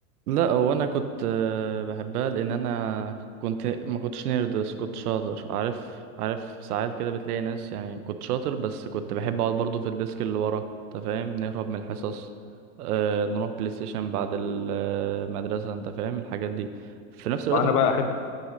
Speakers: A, on the right; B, on the left.
A: لا هو انا كنت آه، بحبها لان انا كنت ما كنتش نيرد بس كنت شاطر عارف عارف ساعات كده بتلاقي ناس يعني كنت شاطر بس كنت بحب اقعد برضو في الديسك اللي ورا انت فاهم نهرب من الحصص آه نروح بلاي ستيشن بعد المدرسة انت فاهم الحاجات دي في نفس الوقت
B: وانا
A: ما
B: بقى
A: كنت
B: احب الأشياء.